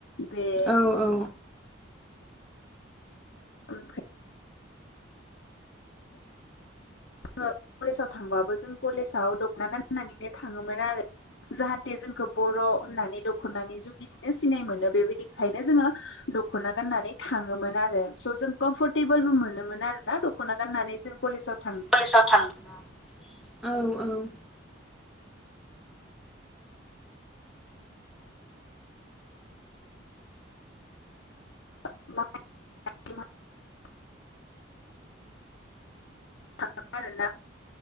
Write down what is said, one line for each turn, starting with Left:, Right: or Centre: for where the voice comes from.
Left: बे
Centre: औ औ
Left: ओफ्राय जोङो कलेजाव थांबाबो जों कलेजाव दखना गाननानैनो थाङोमोन आरो जाहाथे जोंखौ बर' होननानै दखनानि जुनैनो बिदिनो सिनाय मोनो बेबायदिखायनो जोङो दखना गाननानै थाङोमोन आरो स जों कम्फर्टेबोलबो मोनोमोन आरोना दखना गाननानै जों कलेजाव था
Centre: पुलिसाव थांना
Left: <unintelligible> थाओ आरो ना